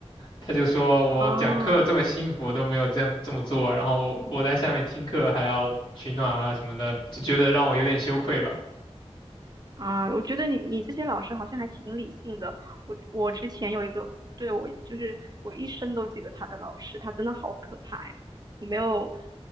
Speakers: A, on the left; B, on the right.
A: 他就说我讲课这么辛苦都没有这么这么做，
B: 哦，
A: 然后我在下面听课还要取暖啊什么的，就觉得让我有点羞愧吧。
B: 啊，我觉得你你这些老师好像还挺理性的。我我之前有一个，对，我就是我一生都记得他的老师，他真的好可怕呀！我没有